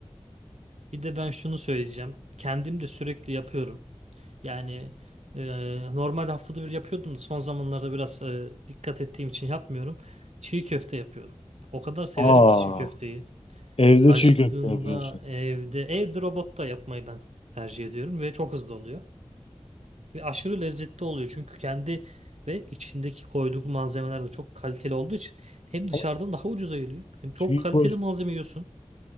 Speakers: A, on the right (about 80°); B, on the left (about 60°).
A: Bir de ben şunu söyleyeceğim. Kendim de sürekli yapıyorum. Yani e, normal haftada bir yapıyordum da son zamanlarda biraz e, dikkat ettiğim için yapmıyorum. Çiğ köfte yapıyorum. O kadar severim
B: Aa,
A: ki çiğ köfteyi.
B: evde
A: Acıktığımda
B: çiğ köfte yapıyorsun.
A: evde, evde robotta yapmayı ben tercih ediyorum ve çok hızlı oluyor. Ve aşırı lezzetli oluyor çünkü kendi ve içindeki koyduğu malzemeler de çok kaliteli olduğu için hem dışarıdan
B: Ama
A: daha ucuza geliyor hem çok
B: çiğ,
A: kaliteli
B: ko-
A: malzeme yiyorsun